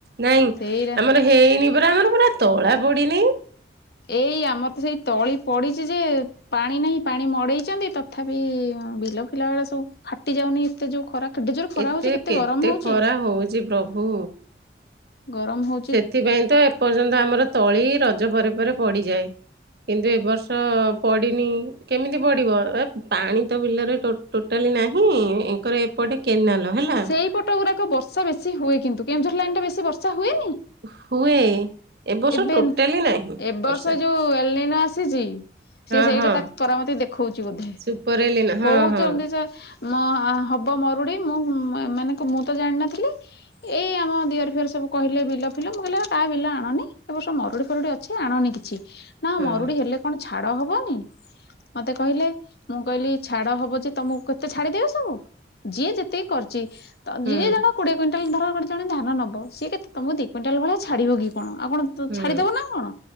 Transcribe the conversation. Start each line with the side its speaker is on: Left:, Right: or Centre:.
Right: ନାଇଁ
Left: ସେଇରା
Right: ଆମର ହେଇନି ପରା ଆମର ପରା ତଳା ପଡିିନି।
Left: ଏଇ ଆମର ତ ସେଇ ତଳି ପଡିଛି ଯେ ପାଣି ନାହିଁ ପାଣି ମଡେଇଛନ୍ତି ତଥାପି ଉଁ ବିଲ ଫିଲା ଆଡ଼େ ସବୁ ଫାଟି ଯାଉନି ଏତେ ଯୋଉ ଖରା କେଡ଼େ ଜୋରେ ଖରା
Right: ଏତେ
Left: ହଉଛି କେତେ ଗରମ ହଉଛି
Right: ଖରା ହଉଛି ପ୍ରଭୁ।
Left: ଗରମ ହଉ
Right: ସେଥିପାଇଁ ତ ଏପର୍ଯ୍ୟନ୍ତ ଆମର ତଳି ରଜ ପରେ ପରେ ପଡିଯାଏ। କିନ୍ତୁ ଏବ ବର୍ଷ ପଡ଼ିନି କେମିତି ପଡିବ ଏ ପାଣି ତ ବିଲରେ ଟୋଟ ଟୋଟାଲି ନାହିଁ ଏଙ୍କର ଏପଟେ କେନାଲ ହେଲା
Left: ସେଇପଟ ଗୁରାକ ବର୍ଷା ବେଶୀ ହୁଏ କିନ୍ତୁ କେଉଁଝର ଲାଇନ୍ ଟା ବେଶୀ ବର୍ଷା ହୁଏନି?
Right: ହୁଏ ଏ ବର୍ଷ
Left: ଏବେ
Right: ଟୋଟାଲି
Left: ଏବ
Right: ନାହିଁ
Left: ବର୍ଷ
Right: ବର୍ଷା
Left: ଯୋଉ ଏଲ ନିନୋ ଆସିଛି ସେ
Right: ହଁ
Left: ସେଇଟା
Right: ହଁ।
Left: ତା କରାମତି ଦେଖଉଛି ବୋଧେ
Right: ସୁପରଏଲିନା ହଁ
Left: କହୁଛନ୍ତି
Right: ହଁ
Left: ଯେ ମ ଅ ହବ ମରୁଡି ମୁଁ <unintelligible> ମାନେକ ମୁଁ ତ ଜାଣିନଥିଲି ଏଇ ଆମ ଦିଅର ଫିଅର ସବୁ କହିଲେ ବିଲ ଫିଲ ମୁଁ କହିଲି କାହା ବିଲ ଆଣନି ଏ ବର୍ଷ ମରୁଡି ଫରୁଡି ଅଛି ଆଣନି କିଛି ନା
Right: ହଁ
Left: ମରୁଡି ହେଲେ କଣ ଛାଡ ହବନି? ମତେ କହିଲେ ମୁଁ କହିଲି ଛାଡ ହବ ଯେ ତମକୁ କେତେ ଛାଡିଦେବେ ସବୁ? ଯିଏ ଯେତିକି କରିଛି ଯିଏ
Right: ହଁ ହୁଁ
Left: ଜଣ କୋଡିଏ କୁଇଣ୍ଟାଲ ଧର ଗୋଟେ ଜଣେ ଧାନ ନବ ସିଏ କେତେ ତମକୁ ଦି କୁଇଣ୍ଟାଲ ଭଳିଆ ଛାଡିବ କି କଣ ଆଉ କଣ ତ
Right: ହୁଁ
Left: ଛାଡିଦ ଦେବ ନା କଣ